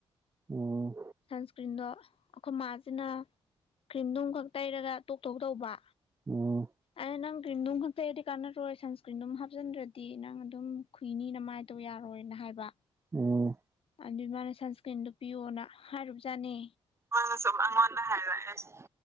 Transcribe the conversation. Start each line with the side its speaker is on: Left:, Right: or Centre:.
Right: ꯎꯝ
Left: ꯁꯟꯁ꯭ꯀꯔꯤꯟꯗꯣ ꯑꯩꯈꯣꯏ ꯃꯥꯖꯤꯅ ꯀ꯭ꯔꯤꯝꯗꯣꯝꯈꯛ ꯇꯩꯔꯒ ꯇꯣꯛꯇꯧ ꯇꯧꯕ
Right: ꯎꯝ
Left: ꯑꯩꯅ ꯅꯪ ꯀ꯭ꯔꯤꯝꯗꯨꯝꯈꯛ ꯇꯩꯔꯗꯤ ꯀꯥꯟꯅꯔꯣꯏ ꯁꯟꯁꯀ꯭ꯔꯤꯟ ꯗꯨꯝ ꯍꯥꯞꯆꯤꯟꯗ꯭ꯔꯗꯤ ꯅꯪ ꯑꯗꯨꯝ ꯈꯨꯨꯏꯅꯤ ꯅꯃꯥꯏꯇꯣ ꯌꯥꯔꯣꯏꯅ ꯍꯥꯏꯕ
Right: ꯎꯝ
Left: ꯑꯗꯨꯏ ꯃꯥꯅ ꯁꯟꯁꯀ꯭ꯔꯤꯟꯗꯨ ꯄꯤꯌꯣꯅ ꯍꯥꯏꯔꯨꯕꯖꯥꯅꯦ
Right: ꯃꯥꯅꯁꯨꯝ ꯑꯩꯉꯣꯟꯗ ꯍꯥꯏꯕ ꯑꯩꯁ